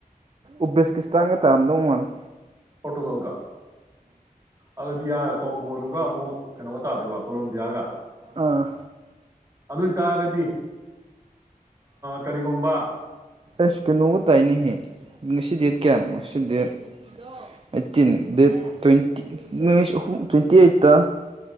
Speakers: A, on the right; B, on the right.
A: ꯎꯕꯦꯁꯀꯤꯁꯇꯥꯟꯒ ꯇꯥꯔꯝꯗꯧ ꯃꯥꯜꯂꯦ
B: ꯄꯣꯣꯔꯇꯨꯒꯜ ꯀ ꯑꯗꯨꯗꯤꯌꯥ ꯀꯣꯡꯒꯣꯗꯨꯒ ꯑꯃꯨꯛ ꯀꯩꯅꯣꯒ ꯇꯥꯗꯣꯏꯕ ꯀꯣꯂꯝꯣꯕꯤꯌꯥꯒ
A: ꯑꯥ
B: ꯑꯗꯨ ꯑꯣꯏꯇꯥꯔꯒꯗꯤ ꯀꯔꯤꯒꯨꯝꯕ
A: ꯑꯁ ꯀꯩꯅꯣꯒ ꯇꯥꯏꯅꯦꯍꯦ ꯉꯁꯤ ꯗꯦꯠ ꯀꯌꯥꯅꯣ ꯉꯁꯤ ꯗꯦꯠ ꯑꯩꯠꯇꯤꯟ ꯗꯦꯠ ꯇ꯭ꯋꯦꯟꯇꯤꯁ ꯑꯍꯨꯝ ꯇ꯭ꯋꯦꯟꯇꯤ ꯑꯩꯠꯇ